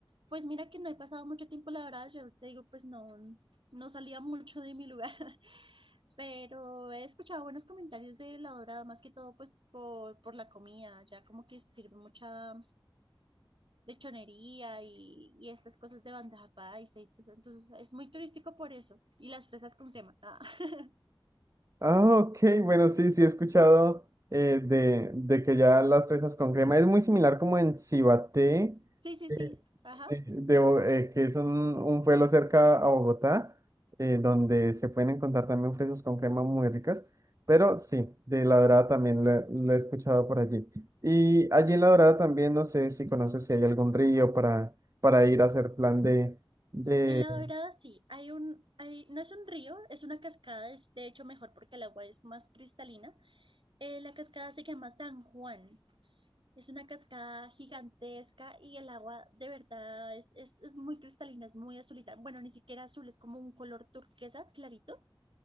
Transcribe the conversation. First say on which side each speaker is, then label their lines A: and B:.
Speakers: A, on the right; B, on the right.
A: Pues mira que no he pasado mucho tiempo en la dorada, yo te digo, pues no, no salía mucho de mi lugar, <laughs> pero he escuchado buenos comentarios de la dorada, más que todo pues por, por la comida, ya como que se sirve mucha lechonería y, y estas cosas de bandeja paisa y todo eso. Entonces es muy turístico por eso. Y las fresas con crema. Ah, <laughs>
B: Ah, ok, bueno, sí, sí he escuchado eh, de, de que ya las fresas con crema es muy similar como en Cibaté,
A: Sí, sí,
B: eh,
A: sí. Ajá.
B: de- de Bo- eh, que es un, un pueblo cerca a Bogotá, eh, donde se pueden encontrar también fresas con crema muy ricas. Pero sí, de La Dorada también lo, he lo he escuchado por allí. Y allí en La Dorada también, no sé si conoces si hay algún río para, para ir a hacer plan de... de
A: En La Dorada sí, hay un, hay, no es un río, es una cascada, es de hecho mejor porque el agua es más cristalina. Eh, la cascada se llama San Juan, es una cascada gigantesca y el agua de verdad es, es, es muy cristalina, es muy azulita. Bueno, ni siquiera azul, es como un color turquesa clarito